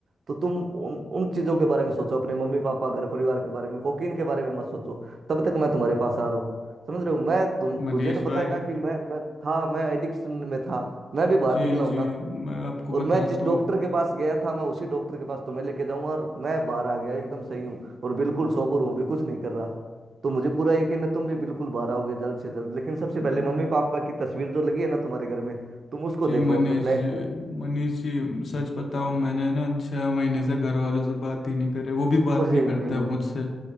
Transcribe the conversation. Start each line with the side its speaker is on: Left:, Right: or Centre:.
Right: तो तुम उन उन चीजों के बारे में सोचो अपने मम्मी पापा घर परिवार के बारे में कोकीन के बारे में मत सोचो तब तक मैं तुम्हारे पास आ रहा हूँ समझ रहे हो मैं तुम
Left: मनीष
Right: तुझे तो पता
Left: भाई
Right: है ना कि मैं मैं था मैं एडिक्शन में था मैं भी बाहर
Left: जी
Right: निकला हूं
Left: जी
Right: ना
Left: मैं आपको
Right: और
Left: बताता
Right: मैं जिस डॉक्टर
Left: हूँ
Right: के पास गया था मैं उसी डॉक्टर के पास तुम्हें लेके जाऊंगा और मैं बाहर आ गया एकदम सही हूँ और बिल्कुल सोबर हूँ अभी कुछ नहीं कर रहा तो मुझे पूरा यकीन है तुम भी बिल्कुल बाहर आओगे जल्द से जल्द लेकिन सबसे पहले
Left: जी
Right: मम्मी पापा की तस्वीर जो लगी है ना तुम्हारे घर में तुम उसको
Left: जी
Right: देखो
Left: मनीष
Right: अपने फ्लैट
Left: जी
Right: में
Left: मनीष जी सच बताऊं मैंने ना छह महीने से घर वालों से बात ही नहीं करे वो भी बात
Right: और
Left: नहीं
Right: ये-
Left: करता
Right: नहीं नहीं
Left: है
Right: नहीं।
Left: मुझसे